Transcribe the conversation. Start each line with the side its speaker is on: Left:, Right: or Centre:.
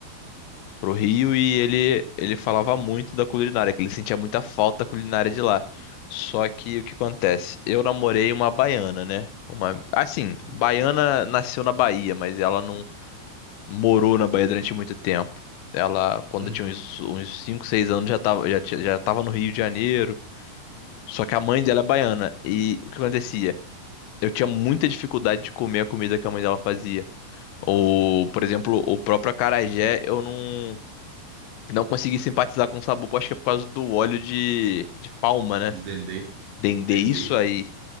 Left: pro Rio e ele ele falava muito da culinária, que ele sentia muita falta da culinária de lá. Só que o que acontece? Eu namorei uma baiana, né? Uma assim,
Right: Uhum.
Left: baiana nasceu na Bahia, mas ela não morou na Bahia durante muito tempo. Ela, quando
Right: Hum,
Left: eu tinha uns, uns 5 6 anos, já tava, já, tinha- já tava no Rio de Janeiro. Só que a mãe dela é baiana. E o que acontecia? Eu tinha muita dificuldade de comer a comida que a mãe dela fazia. Ou, por exemplo, o próprio acarajé, eu não, não consegui simpatizar com o sabor. Acho que é por causa do óleo de, de palma, né?
Right: de Dendê.
Left: Dendê,
Right: Dendê.
Left: isso aí.